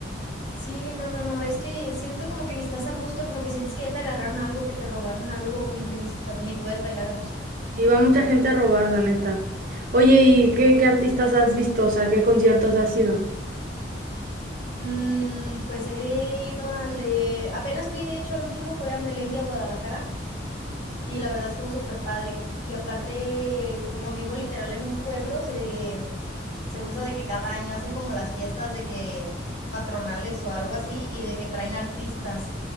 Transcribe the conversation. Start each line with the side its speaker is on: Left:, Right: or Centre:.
Left: Sí, no, no, no, es que siento como que ni estás a gusto, como que sientes que ya te agarraron algo, que te robaron algo, como que ni, esta- ni puedes bailar a gusto.
Right: Y va mucha gente a robar, la neta. Oye, ¿y qué, qué artistas has visto? O sea, ¿qué conciertos has ido?
Left: Mm, pues he ido al de, apenas fui, de hecho, al último fue a Melendi, a Guadalajara, y la verdad estuvo súper padre. Y aparte, como vivo literal en un pueblo, se, se usa de que cada año hacen como las fiestas de que patronales o algo así y de que traen artistas.